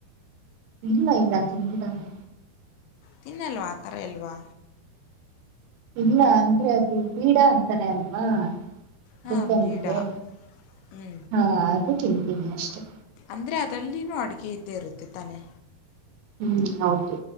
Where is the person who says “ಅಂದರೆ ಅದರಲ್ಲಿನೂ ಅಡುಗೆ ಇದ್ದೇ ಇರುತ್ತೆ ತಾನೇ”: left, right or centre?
Left